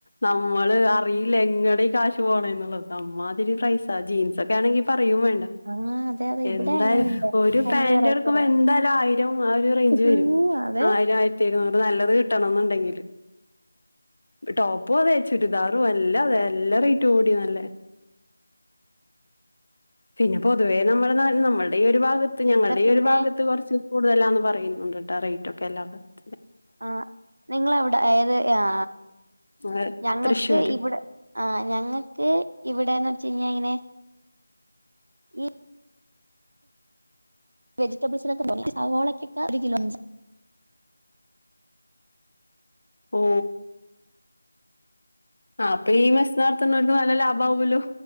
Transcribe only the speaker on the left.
നമ്മള് അറിയില്ല എങ്ങടെ ഈ കാശ് പോന്ന എന്നുള്ളത് മാതിരി പ്രൈസ ജീൻസ് ഒക്കെ ആണെങ്കി പറയും വേണ്ട.
എന്തായാലും
ഒരു
പാന്റ്
എടുക്കുമ്പോ
എന്തായാലും ആയിരം ആ ഒരു റേഞ്ച് വരും.
ആയിരം ആയിര ആയിരത്തി ഇരുനൂറു നല്ലത് കിട്ടണ എന്നുണ്ടെങ്കില് ടോപ്പും അതെ ചുരിദാറുംഎല്ലാം അതെ എല്ലാ റേറ്റും കൂടി നല്ലേ പിന്ന പൊതുവേ നമ്മളെ നാ നമ്മളുടെ ഈ ഒരു ഭാഗത്ത് ഞങ്ങളുടെ
ഈ
ഒരു ഭാഗത്ത് കുറച്ച് കൂടുതലാന്ന് പറയുന്നുണ്ട്. റെയിറ്റ് ഒക്കെല്ലൻ <unintelligible>
ഏഹ്
തൃശ്ശൂര്
ഓ ആ അപ്പീ ഈ മെസ് നടത്തുന്നവർക്ക് നല്ല ലാഭവോല്ലോ